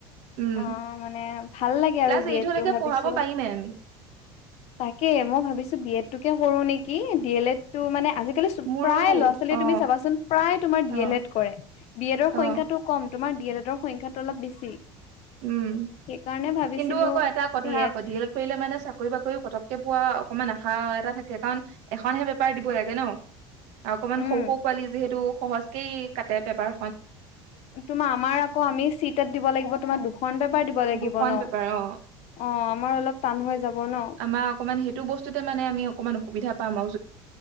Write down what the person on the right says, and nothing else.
উম
ক্লাছ
এইটলৈকে
পঢ়াব পাৰিমে আমি
মোৰো
অ
অ
অ
উম
কিন্তু আকৌ এটা কথা
আকৌ ডিএলড কৰিলে মানে চৰি কৰিবা কৰিও পতককে পোৱা অকমান আশা এটা থাকে কাৰণ এখনহে পেপাৰ দিব লাগে ন। অকমান
সৌ সৰু পোৱালি যিহেতু সহজকেই কাটে পেপাৰ
দুখন
পেপাৰ অ
আমাৰ অকমান সেইটো বস্তুতে মানে আমি অকমান অসুবিধা পাম আও